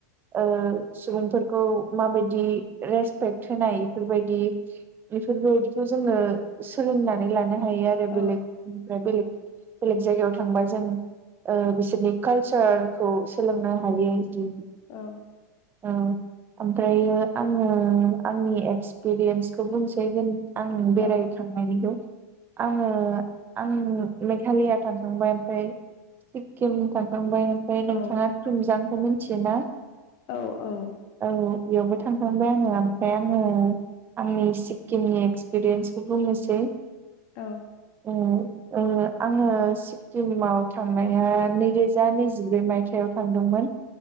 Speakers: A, on the right; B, on the left.
A: ओ सुबुंफोरखौ माबायदि रेसपेक्ट होनाय बेफोरबायदि बेफोरबायदिखौ जोङो सोलोंनानै लानो हायो आरो
B: औ
A: बेलेग दा बेलेग बेलेग जायगायाव थांबा जों ओ बिसोरनि कालसारखौ सोलोंनो हायो दि
B: औ।
A: औ ओमफ्रायो आङो आंनि एक्सपिरियेन्सखौ बुंसै जों आं
B: औ
A: बेराय थां <unintelligible> आङो आं मेघालया थांखांबाय ओमफ्राय सिक्किम थांखांबाय ओमफ्राय नोंथाङा
B: औ
A: थुमजांखौ मिथियोना?
B: औ औ।
A: औ बेयावबो थांखांबाय आङो ओमफ्राय आङो आंनि सिक्किमनि एक्सपिरियेन्सखौ बुंनोसै।
B: औ।
A: औ। आङो सिक्किमाव थांनाया नैरोजा नैजिब्रै मायथाइ थायाव थांदोंमोन